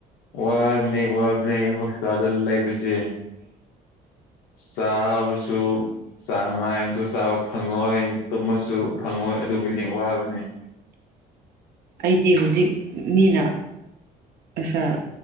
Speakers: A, on the left; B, on the right.
A: ꯋꯥꯕꯅꯦ ꯋꯥꯕꯅꯦ ꯍꯣꯁꯄꯤꯇꯥꯜꯗ ꯂꯩꯕꯁꯦ ꯆꯥꯕꯁꯨ ꯆꯥꯡ ꯅꯥꯏꯅ ꯇꯨ ꯆꯥꯕ ꯐꯪꯉꯣꯏ ꯇꯨꯝꯃꯁꯨ ꯐꯪꯉꯣꯏ ꯑꯗꯨꯒꯤꯅꯤ ꯋꯥꯕꯅꯦ
B: ꯑꯩꯗꯤ ꯍꯨꯖꯤꯛ ꯃꯤꯅ ꯑꯁꯥ